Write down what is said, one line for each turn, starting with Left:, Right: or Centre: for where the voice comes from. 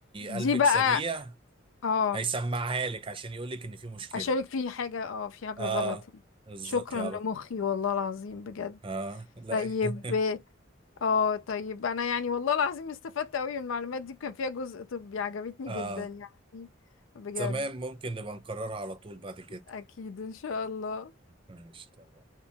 Left: دي
Right: قلبك
Left: بقى
Right: سريع
Left: اه
Right: هيسمعها لك عشان يقول لك ان في مشكلة
Left: اشارك في حاجة اه في حاجة
Right: اه
Left: غلط
Right: بالظبط
Left: شكرا
Right: يا
Left: لمخي
Right: رب
Left: والله العظيم بجد
Right: اه لا
Left: طيب
Right: <laughs>
Left: اه طيب انا يعني والله العظيم استفدت قوي من المعلومات دي كان فيها جزء طبي عجبتني
Right: اه
Left: جدا يعني بجد
Right: تمام ممكن نبقى نكررها على طول بعد كده
Left: اكيد ان شاء الله
Right: ماشي تمام